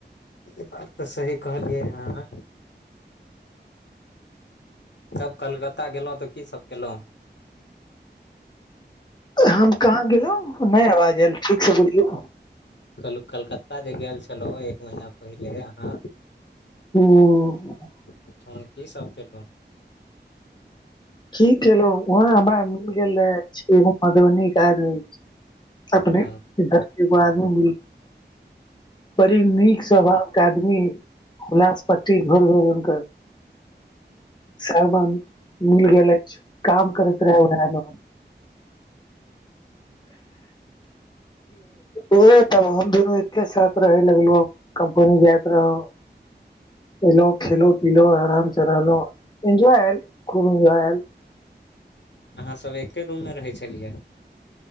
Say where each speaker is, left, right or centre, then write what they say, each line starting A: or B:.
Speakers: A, on the left (about 75°); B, on the left (about 25°).
A: ई बात तऽ सही कहलियै अहा तब कलकत्ता गेलहु तऽ कि सभ केलहु
B: हम कहा गेलहुँ नहि आवाज आयल ठीक से बुलियौ
A: कल कलकत्ता जे गेल छलहु एक महीना पहिले अहाँ
B: ह
A: ओठाय कि सभ केलहु
B: कि केलो उहा हमरा मिल गेल सेहो मधुबनी के आदमी अपने
A: हँ
B: मिथिला के एगो
A: हँ
B: आदमी मिल गेल रहा बड़ी नीक स्वभाव के आदमी उलास पट्टी घर भेल हुनकर सबान। मील गेल ऐछ काम करैत रहै उहा मे हम उहा तऽ हम दुनू एके साथ रहे लगलो कम्पनी जाइत रहो। एल खेलो पिलो आराम से रहलो एन्जॉय आल खूब एन्जॉय आलऽ
A: अहाँ सभ एके रूम मे रहै छलियै